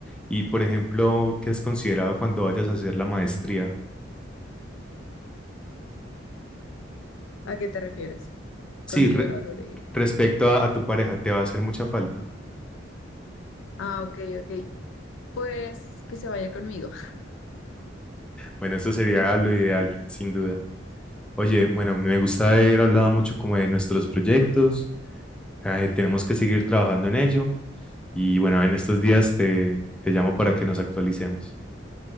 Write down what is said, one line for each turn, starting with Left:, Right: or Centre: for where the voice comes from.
Centre: Y, por ejemplo, ¿qué has considerado cuando vayas a hacer la maestría?
Left: ¿A qué te refieres?
Centre: Sí,
Left: Considerado
Centre: re-
Left: de...
Centre: respecto a, a tu pareja, te va a hacer mucha falta.
Left: Ah, ok, ok. Pues que se vaya conmigo.
Centre: Bueno, eso sería lo ideal, sin duda. Oye, bueno, me gusta haber hablado mucho como de nuestros proyectos. eh, tenemos que seguir trabajando en ello. Y bueno, en estos días te, te llamo para que nos actualicemos.